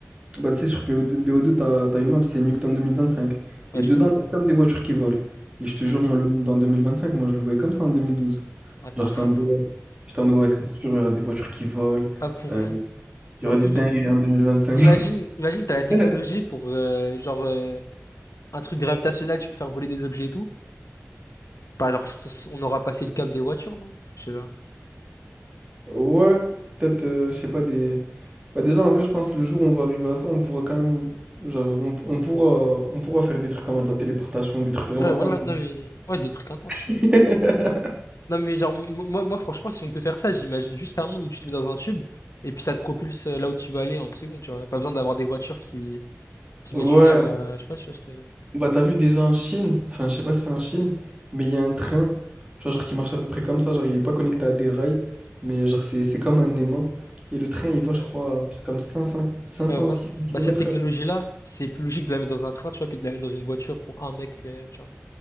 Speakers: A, on the right; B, on the left.
A: Bah, tu sais, sur BO2, BO2, t'as, t'as une map, c'est Nuketown 2025.
B: Ouais,
A: Et dedans,
B: je connais.
A: t'as comme des voitures qui volent. Et je te
B: Ouais.
A: jure, moi, le monde en 2025, moi, je le voyais comme ça en 2012.
B: Ah, t'es
A: Genre,
B: un
A: j'étais
B: fou,
A: en mode,
B: ça.
A: ouais, j'étais en mode, ouais, c'est sûr, il y aura des voitures qui volent.
B: Ah, pour...
A: euh, il
B: Genre,
A: y aura des
B: im-
A: dingueries en 2025.
B: i- imagine, imagine, t'as la technologie
A: <laughs>
B: pour, euh, genre, euh, un truc gravitationnel, tu peux faire voler des objets et tout. Pas, genre, s- s- on aura passé le cap des voitures, non? Je sais pas.
A: Ouais, peut-être, euh, je sais pas, des... Bah déjà, en vrai, je pense que le jour où on va arriver à ça, on pourra quand même... Genre, on, on pourra, on pourra faire des trucs comme de la téléportation, des trucs vraiment
B: Ouais, voilà,
A: intenses.
B: non, mais... Ouais, des trucs intenses,
A: <laughs>
B: je sais pas. Non, mais genre, m- moi, moi, franchement, si on peut faire ça, j'imagine juste un monde où tu te mets dans un tube et puis ça te propulse euh, là où tu vas aller en une seconde, tu vois. Pas besoin d'avoir des voitures qui, qui
A: Ouais.
B: mettent une heure, euh, je sais pas, si tu vois ce que je veux dire.
A: Bah t'as vu déjà en Chine, enfin je sais pas si c'est en Chine, mais il y a un train, tu vois, genre qui marche à peu près comme ça, genre il est pas connecté à des rails, mais genre c'est c'est comme un aimant. Et le train, il va, je
B: Ouais.
A: crois, un truc comme cinq cents cinq
B: Ouais,
A: cents
B: voilà.
A: ou 600 km
B: Bah, cette technologie-là,
A: heure.
B: c'est plus logique de la mettre dans un train, tu vois, que de la mettre dans une voiture pour un mec, euh, tu vois.